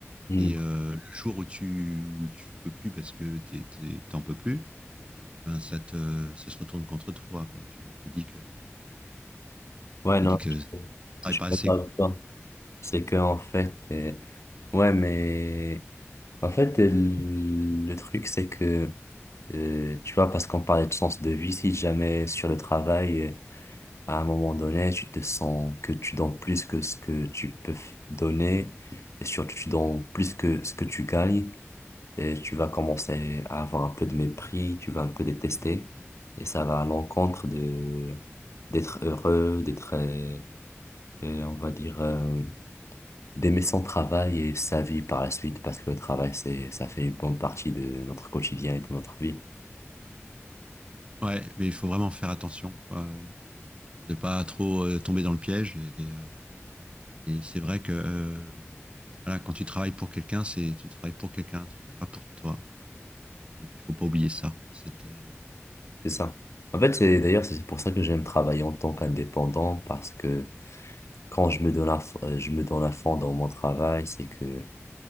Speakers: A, on the left; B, on the right.
A: Hmm.
B: Et euh, le jour où tu, où tu peux plus parce que t'es, t'es- t'en peux plus, eh ben ça te, ça se retourne contre toi, quoi. Tu- on te dit que,
A: Ouais,
B: on te
A: non,
B: dit que tu
A: je
B: travailles
A: je
B: pas
A: peux
B: assez,
A: pas
B: quoi.
A: avec toi. C'est que, en fait, euh, ouais, mais en fait, euh, le truc, c'est que Euh, tu vois, parce qu'on parlait de sens de vie, si jamais sur le travail, euh, à un moment donné, tu te sens que tu donnes plus que ce que tu peux f- donner, et surtout tu donnes plus que ce que tu gagnes, et tu vas commencer à avoir un peu de mépris, tu vas un peu détester, et ça va à l'encontre de d'être heureux, d'être, euh, euh, on va dire, euh, d'aimer son travail et sa vie par la suite, parce que le travail, c'est, ça fait une bonne partie de notre quotidien et de notre vie.
B: Ouais, mais il faut vraiment faire attention, quoi, de pas trop euh, tomber dans le piège et, euh, Et c'est vrai que euh, voilà, quand tu travailles pour quelqu'un, c'est tu travailles pour quelqu'un, tu travailles pas pour toi. Donc il faut pas oublier ça. Cette, euh,
A: C'est ça. En fait, c'est d'ailleurs c'est pour ça que j'aime travailler en tant qu'indépendant parce que quand je me donne à, f- euh, je me donne à fond dans mon travail, c'est que